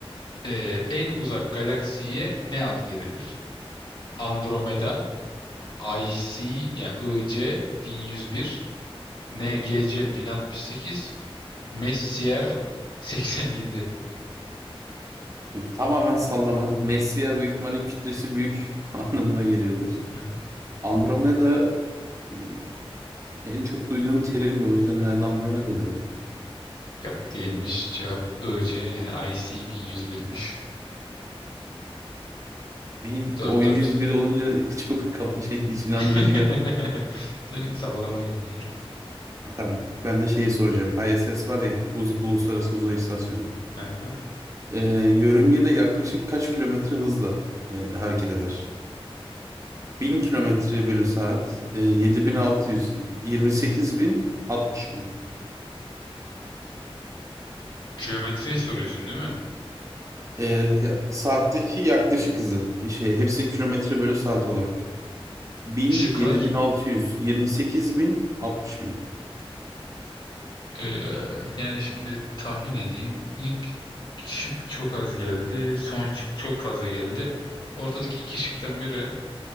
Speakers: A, on the left (about 55°); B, on the right (about 30°).
A: Ee, en uzak galaksiye ne ad verilir? Andromeda, IC yani IC 1101, NGC 1068, Messier 87.
B: Tamamen sallama. Messier büyük ihtimalle kütlesi büyük <laughs> anlamına geliyordur.
A: Ha.
B: Andromeda e, en çok duyduğum terimdi o yüzden herhalde Andromeda'dır ya.
A: Yok değilmiş. Cevap IC yani IC 1101'miş.
B: Benim
A: 4-4.
B: o 101 olunca çok kafa şey hiç inandırıcı
A: <laughs>
B: gel.
A: Sanki sallama gibi geldi.
B: Tamam. Ben de şeyi soracağım. ISS var ya Uz- Uluslararası Uzay İstasyonu.
A: Aha.
B: Ee, yörüngede yaklaşık kaç kilometre hızla e, hareket eder? bin kilometre bölü saat, e, 7600, 28000, bin altmış bin.
A: Geometriyi soruyorsun değil mi?
B: Ee, ya- saatteki yaklaşık hızı. Şey, hepsi kilometre bölü saat olarak. bin
A: Şıklar.
B: bin bin yedi altı yüz yirmi sekiz bin, altmış bin
A: Ee, yani şimdi tahmin edeyim. İlk şık çok az geldi. Son şık çok fazla geldi. Ortadaki iki şıktan biri